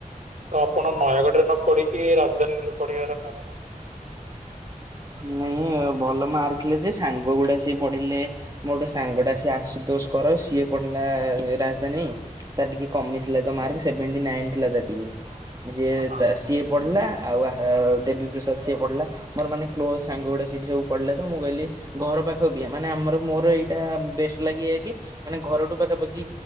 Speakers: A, on the right (about 60°); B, on the right (about 25°).
A: ତ ଆପଣ ନୟାଗଡ ରେ ନ ପଢିକି ରାଜଧାନୀରେ ପଢିବାର କାରଣ?
B: ନାଇଁ ଭଲ ମାର୍କ <unintelligible> ଯେ ସାଙ୍ଗ ଗୁଡା ସିଏ ପଢ଼ିଲେ ମୋର ଗୋଟେ ସାଙ୍ଗ ଟା ସିଏ ଆସୁଦୋଷ କର ସିଏ ପଢିଲା ରାଜଧାନୀ। ତାର ଟିକେ କମିଥିଲା ତ ମାର୍କ ସେଭେଣ୍ଟି ନାଇନ ଥିଲା ତାର ଟିକେ। ଯିଏ
A: ହଁ
B: ତା ସିଏ ପଢିଲା ଆଉ ଦେବୀ ପ୍ରସାଦ ସିଏ ପଢିଲା ମୋର ମାନେ ମୋ ସାଙ୍ଗଗୁଡ଼ା ସେଠି ସବୁ ପଢିଲେ ତ ମୁଁ କହିଲି ଘର ପାଖ ବି ମାନେ ଆମର ମୋର ଏଇଟା ବେଷ୍ଟ ଲାଗିଇଏକି? ମାନେ ଘରଠୁ ପାଖାପାଖି